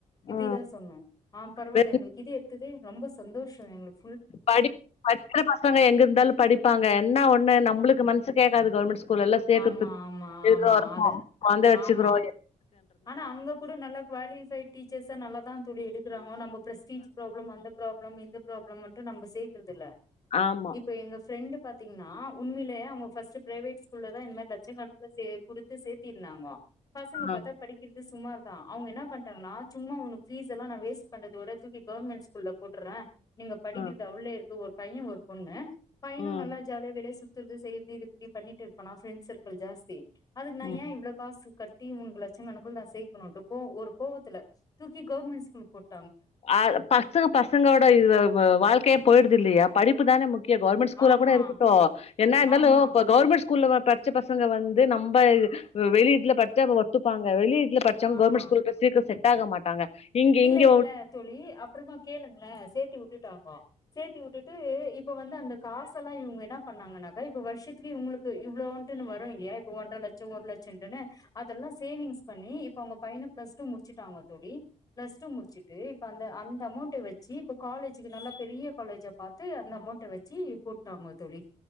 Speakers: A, on the left; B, on the left.
A: இப்டிதா
B: ஆ
A: சொன்னோ ஆ பரவால்ல
B: வெறும்
A: எங்களுக்கு இது எடுத் ததே ரொம்ப சந்தோஷோ எங்ளுக்
B: படி படிக்கிற பசங் க எங்க இருந்தாலு படிப்பாங்க என்னா ஒன்னு நம்புளுக்கு மனசு கேக்காது கவர்மெண்ட் ஸ்கூல்லல்ல சேக்குற்துக்
A: ஆமா
B: இப்ப
A: ஆமா
B: இக்குறோ
A: ஆமா
B: வரணூ
A: அது
B: கொழந்தய வச்சுக்கிறோ
A: ஆமா
B: இல்லயா
A: ஆனா அங்க கூட நல்ல குவாலிஃபைடு் டீச்சர்ஸா நல்லா தோழி எடுக் குறாங்க நம்போ பிரஸ்டீஜ் ப்ராப்ளம் அந்த ப்ராப்ளம் இந்த ப்ராப்ளம் மட்டும் நம்ப சேக்குற்துல்ல
B: ஆமா
A: இப்ப எங்க ஃப்ரெண்டு பாத்தீங்கன்னா உண்மேலேயே அவங்க ஃபர்ஸ்ட்டு பிரைவேட் ஸ்கூல்ல தா இந் மாரி லட்சங்கணக்கல சேத் குடுத்து சேத்திருந்தாங்கோ பசங்க
B: ஆ
A: பாத்தா படிக்கிறது சுமார் தா அவங்க என்ன பண்டாங்னா சும்மா உனுக் ஃபீஸ்ல்லா நா வேஸ்ட் பண்றத விட தூக்கி கவர்மெண்ட் ஸ்கூல்ல போட்டுர்றே நீங்க படிக்கிறது
B: ஆ
A: அவ்ளோ இருக்கு ஒரு பையன் ஒரு பொண்ணு பையனு
B: ம்
A: நல்லா ஜாலியா வெளிய சுத் துறது செய்றது இப்டி பண்ணிட்டு இருப்பானா ஃப்ரெண்ட் சர்க்கள் ஜாஸ்தி அதுக்கு நா
B: ம்
A: ஏ இவ்ளோ காசு கட்டி உங்ள லட்சங்கணக்குள்ள நா சேக்கணும்ட்டு கோ ஒரு கோவத்துல தூக்கி கவர்மெண்ட் ஸ்கூல்ல போட்
B: அ பத்து பசங்கோட இல் வாழ்க்கயே போயிடுது இல்லயா படிப்பு தான முக் கவர்மெண்ட் ஸ்கூல்லா
A: ஆமா
B: கூட இருக்கட்டூ என்ன இருந்தாலு
A: ஆமா
B: இப்ப கவர்மெண்ட் ஸ்கூல்ல தா படிச்ச பசங்க வந்து நம்ப வெளீட்டுல பச்சா ஒத்துப்பாங்க வெளீட்டுல பச் சவங்
A: ஆமா
B: கவர்மெண்ட் ஸ்கூல்ல சீக்கிரோ செட் ஆக மாட்டாங்க இங்க
A: இல்ல
B: இங்க
A: இல்ல தோழி அப்றமா கேளுங்ளே சேத்தி உட்டுட்டாங்கோ சேத்தி உட்டுட்டு இப்ப வந்து அந்த காசல்லா இவங்க என்ன பண்ணாங்கன்னாக்கா இப்ப வருஷத்துக்கே இவங்ளுக் கு இவ்ளோன்ட்டுன்னு வரூ இல்லயா இப்ப ஒன்றர லட்சம் ஒரு லட்சம்ன்ட்டுன்னு அதெல்லா சேவிங்ஸ் பண்ணி இப்ப அவங்க பையன பிளஸ் டூ முடிச் சிட்டாங்க தோழி பிளஸ் டூ முடிச்சுட்டு இப்ப அந்த அந்த அமௌண்ட வச் சி இப்ப காலேஜுக்கு நல்லா பெரிய காலேஜா பாத்து அந்த அமௌண்ட்ட வச்சு போட்டாங்க தோழி